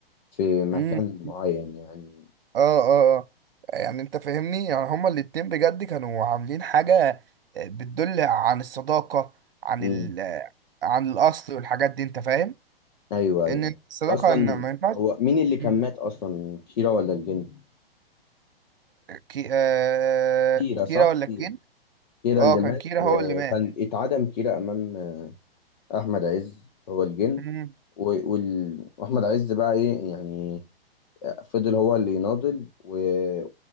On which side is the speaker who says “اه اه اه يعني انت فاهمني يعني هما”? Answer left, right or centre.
Right